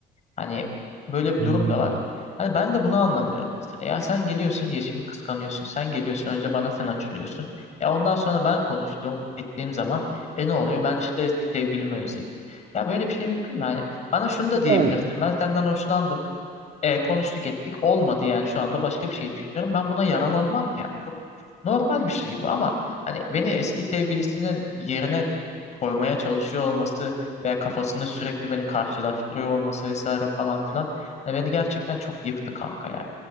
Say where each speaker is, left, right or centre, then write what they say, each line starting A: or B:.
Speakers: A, on the left; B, on the right.
A: Hani böyle bir
B: Hmm.
A: durum da var. Hani ben de bunu anlamıyorum mesela. Ya sen geliyorsun, Yeşim'i kıskanıyorsun. Sen geliyorsun, önce bana sen açılıyorsun. E ondan sonra ben konuştuğum, ettiğim zaman e ne oluyor? Ben işte eski sevgilimi özledim. Ya böyle bir şey mümkün mü? Hani bana şunu da
B: Ya
A: diyebilirsin. Ben senden hoşlandım. E, konuştuk ettik olmadı yani şu anda başka bir şey düşünüyorum. Ben buna yaralanmam ki yani. Çok normal bir şey
B: <laughs>
A: bu ama hani beni eski sevgilisinin yerine koymaya çalışıyor olması veya kafasında sürekli beni karşılaştırıyor olması vesaire falan filan hani beni gerçekten çok yıktı kanka ya.